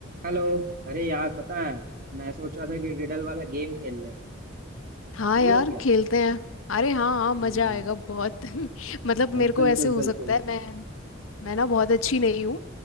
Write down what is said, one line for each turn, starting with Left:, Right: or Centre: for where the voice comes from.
Right: Hello अरे यार पता है मैं सोच रहा था कि रिडल वाला गेम खेल ले
Left: हाँ
Right: आप फ्री
Left: यार
Right: हो क्या
Left: खेलते हैं अरे हाँ हाँ
Right: हाँ
Left: मजा आएगा बहुत <laughs> मतलब
Right: हाँ
Left: मेरे को
Right: बिल्कुल
Left: ऐसे हो
Right: बिल्कुल
Left: सकता है मैं मैं ना बहुत अच्छी नहीं हूँ